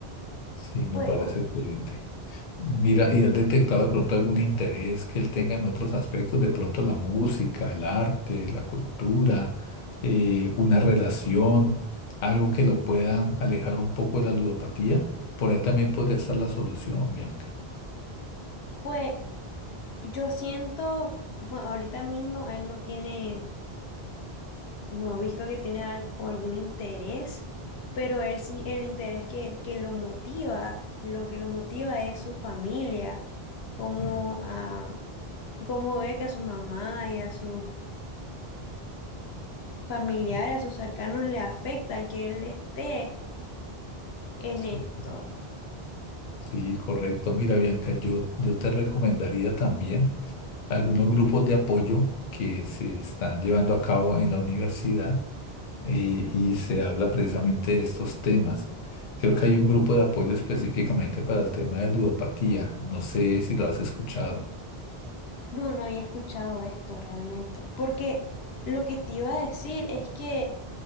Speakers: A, on the left; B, on the left.
A: sí, me
B: pues,
A: parece
B: o-
A: excelente. Mira, ¿y has detectado de pronto algún interés que él tenga en otros aspectos? De pronto la música, el arte, la cultura, eh, una relación, algo que lo pueda alejar un poco de la ludopatía. Por ahí también podría estar la solución, Bianca.
B: pues yo siento, bueno, ahorita mismo él no tiene, no he visto que tiene al- o algún interés, pero él sí,
A: Mm,
B: el interés que, él- que lo motiva, lo que lo motiva es su familia, como
A: mm,
B: a cómo ve que a su mamá y a sus familiares,
A: Sí,
B: a sus cercanos le afecta que él esté en
A: sí,
B: esto.
A: sí, correcto. Mira, Bianca, yo, yo te recomendaría también. algunos grupos de apoyo que se están llevando a cabo en la universidad eh, y se habla precisamente de estos temas. Creo que hay un grupo de apoyo específicamente para el tema de ludopatía. No sé si lo has escuchado.
B: No, no había escuchado de esto realmente, porque lo que te iba a decir es que